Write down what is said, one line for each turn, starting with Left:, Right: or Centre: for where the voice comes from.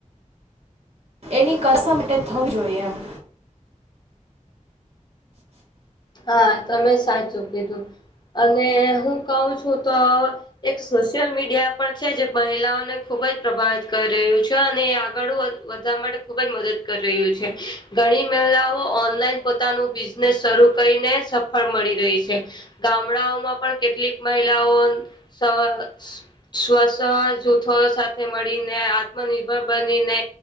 Right: એની કશા માટે થવું જોઈએ એમ
Left: હા તમે સાચું કીધું અને હું કઉ છું તો એક સોશિયલ મીડિયા પણ છે જે મહિલાઓને ખુબ જ પ્રભાવિત કરી રહ્યું છે અને એ આગળ વધ માટે ખુબ જ મદદ કરી રહ્યું છે ઘણી મહિલાઓ ઓનલાઈન પોતાનું બિઝનેસ શરુ કરીને સફળ મળી રહી છે ગામડાઓમાં પણ કેટલીક મહિલાઓ સવહ સ્વસ જૂથો સાથે મળીને આત્મનિર્ભર બનીને